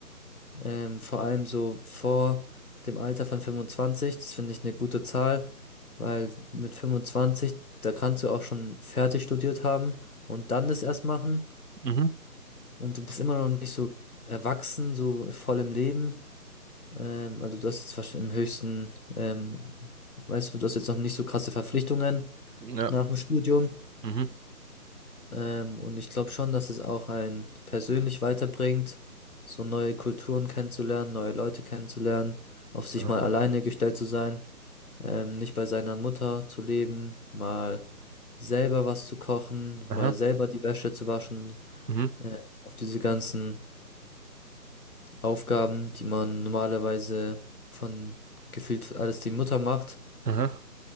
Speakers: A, on the left; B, on the right.
A: Ähm, vor allem so vor dem Alter von 25, das finde ich eine gute Zahl, weil mit 25, da kannst du auch schon fertig studiert haben und dann das erst machen
B: mhm,
A: und du bist immer noch nicht so erwachsen, so voll im Leben. Ähm, also du hast jetzt wahrscheinlich im höchsten, ähm, weißt du, du hast jetzt noch nicht so krasse Verpflichtungen
B: ja,
A: nach dem Studium.
B: mhm,
A: Ähm, und ich glaube schon, dass es auch einen persönlich weiterbringt, so neue Kulturen kennenzulernen, neue Leute kennenzulernen, auf sich
B: aha,
A: mal alleine gestellt zu sein, ähm, nicht bei seiner Mutter zu leben, mal selber was zu kochen,
B: aha,
A: mal selber die Wäsche zu waschen,
B: mhm,
A: äh, auf diese ganzen Aufgaben, die man normalerweise von gefühlt alles die Mutter macht,
B: aha,